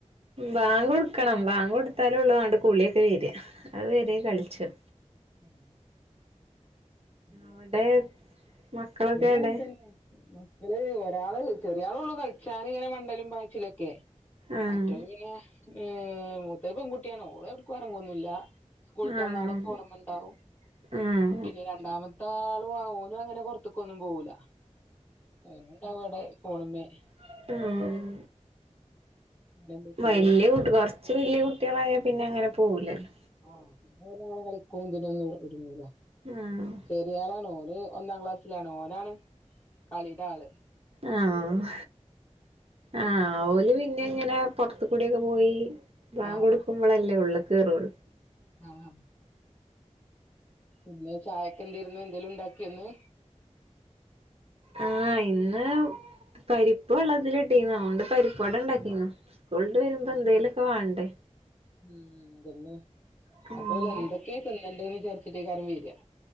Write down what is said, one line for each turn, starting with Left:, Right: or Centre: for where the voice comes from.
Right: വാങ്ക് കൊടുക്കണം വാങ്ക് കൊടുത്താലൊള്ളു ആണ്ട് കുളിയൊക്കെ വരാ അത് വരേം
Left: ഉം
Right: കളിച്ചും
Left: ഉം <unintelligible>
Right: അവടെ മക്കളൊക്കെ
Left: ഇവടിം
Right: എവടെ
Left: അങ്ങൻ തന്നെ മക്കള് ഒരാള് ചെറിയ ആള് ഉള്ളു കളിച്ചാന് ഇങ്ങനെ മണ്ടലും പാച്ചിലൊക്കെ.
Right: ആഹ്
Left: മറ്റോല് പിന്നെ മ്മ് മൂത്തത് പെൺകുട്ടിയാണ് ഓള് എവട്ക്കും എറങ്ങൊന്നും ഇല്ല. സ്കൂള് വിട്ടന്നാ
Right: ആഹ്
Left: അവ്ടെ ഫോണ് മ്മ ഉണ്ടാവും
Right: ആഹ്
Left: പിന്നീ രണ്ടാമത്താളും ആഹ് ഓനും അങ്ങനെ പൊർത്ത്ക്ക് ഒന്നും പോവൂല്ല. അയ്നു ഉണ്ടാവും അവ്ടെ ഫോണുമേ.
Right: ആഹ്
Left: പിന്നെന്തൊക്കെ
Right: വല്യ കുട്ടി കൊറച്ച് വല്യ കുട്ടികളായ പിന്നെ അങ്ങനെ പോവൂല്ലല്ലോ
Left: ആഹ് പിന്ന <unintelligible> കളിക്കും ഇതിനൊന്നും ഒരുങ്ങൂല
Right: ആഹ്
Left: ചെറിയ ആളാണ് ഓന് ഒന്നാം ക്ലാസ്സിലാണ് ഓനാണ് കളീടാള്
Right: ആഹ് ആഹ് ഓല് പിന്നെ ഇങ്ങനെ പൊറത്ത്ക്കൂടി ഒക്കെ പോയി ബാങ്ക്
Left: ആഹ്
Right: കൊടുക്കുമ്പളല്ലേ ഉള്ളി കേറൂള്ള്
Left: ആഹ് പിന്നെ ചായക്ക് എന്തേരുന്നു എന്തേലും ഉണ്ടാക്കിയ ഇന്ന്?
Right: ആഹ് ഇന്ന് പരിപ്പ് വെള്ളത്തിലിട്ടീന്നു അതോണ്ട് പരിപ്പ്‌ വട ഇണ്ടാക്കിന്നു സ്കൂൾവിട്ട് വരുമ്പോ
Left: ആഹ്
Right: എന്തേലൊക്കെ വാണ്ടേ
Left: ഉം അതന്നെ
Right: ഉം
Left: അപ്പോലെന്തക്കെ തിന്നണ്ട്യേന്ന് വിചാരിച്ചിട്ടേകാരം വരാ.